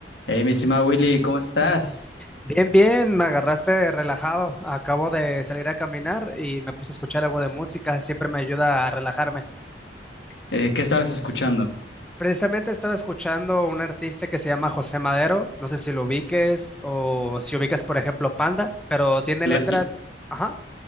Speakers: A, on the left; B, in the centre.
A: Hey, mi estimado Willy, ¿cómo estás?
B: Bien, bien, me agarraste relajado. Acabo de salir a caminar y me puse a escuchar algo de música. Siempre me ayuda a relajarme.
A: Eh, ¿qué estabas escuchando?
B: Precisamente estaba escuchando un artista que se llama José Madero. No sé si lo ubiques o si ubicas, por ejemplo, Panda, pero tiene
A: La,
B: letras. Ajá.